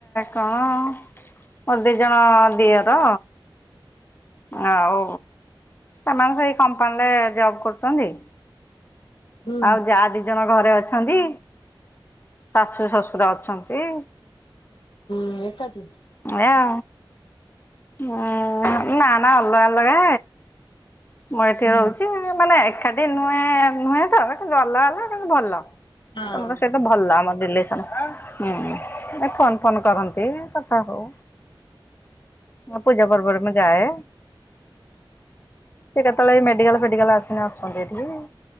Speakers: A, on the left (about 25°); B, on the left (about 70°).
A: କଣ ମୋର ଦି ଜଣ ଦିଅର। ଆଉ ସେମାନେ ସେଇ କମ୍ପାନୀରେ ଜବ କରୁଛନ୍ତି।
B: ହୁଁ
A: ଆଉ ଯା ଦି ଜଣ ଘରେ ଅଛନ୍ତି। ତା ଶାଶୁ ଶଶୁର ଅଛନ୍ତି।
B: ନୁହେଁ <unintelligible>
A: ସେଇଆ। ହୁଁ ନା ନା ଅଲଗା ଅଲଗା ମୁଁ ଏଠି
B: ହୁଁ
A: ରହୁଛି ମାନେ ଏକାଠି ନୁହେଁ, ନୁହେଁ ତ ଗଲା ହେଲା ବାକି ଭଲ।
B: ହଁ।
A: ତମ ତ ସେଇଠି ଭଲ ଆମ ରିଲେ ହୁଁ ଫୋନ ଫୋନ୍ କରନ୍ତି କଥା ହଉ। ହୁଁ ପୂଜା ପର୍ବରେ ମୁଁ ଯାଏ। ସେ କେତେବେଳେ ମେଡିକାଲ ଫେଡିକାଲ ଆସିନି ଆସନ୍ତି ଏଠିକି।